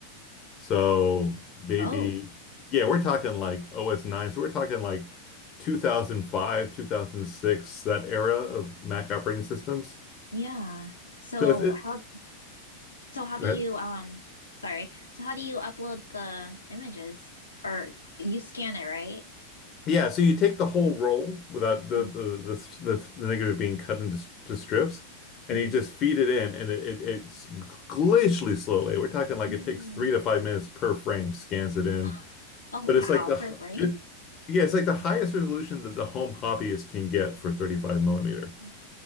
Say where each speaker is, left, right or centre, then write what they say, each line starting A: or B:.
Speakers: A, on the left; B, on the left.
A: So maybe
B: Oh,
A: yeah, we're talking like OS 9. So we're talking like 2005, 2006, that era of Mac operating systems.
B: yeah. So
A: So it's, it,
B: how so how
A: go
B: do
A: ahead.
B: you um sorry. So how do you upload the images? Or you scan it, right?
A: Yeah, so you take the whole roll without the
B: Oh,
A: the the, the, the negative being cut into s- to strips, and
B: mm,
A: you just feed it in, and it, it it's glacially slowly. We're talking like
B: mm.
A: it takes three to five minutes per frame, scans it in,
B: <laughs> Oh,
A: but
B: oh,
A: it's
B: wow,
A: like the h-
B: per frame.
A: it, yeah, it's like the highest resolution that the home hobbyist can get for 35 millimeter.
B: Yeah.